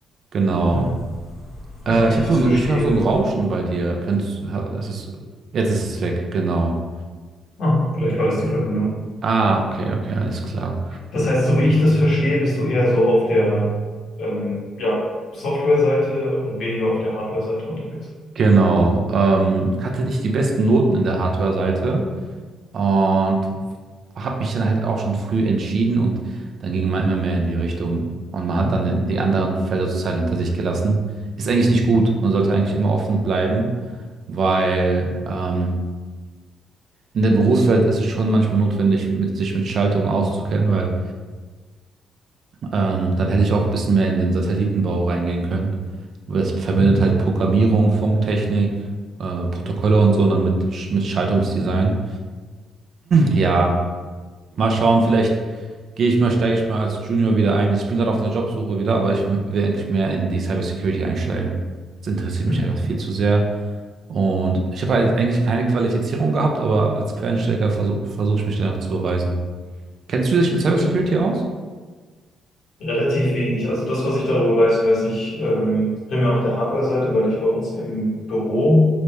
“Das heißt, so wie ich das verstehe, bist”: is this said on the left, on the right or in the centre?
Left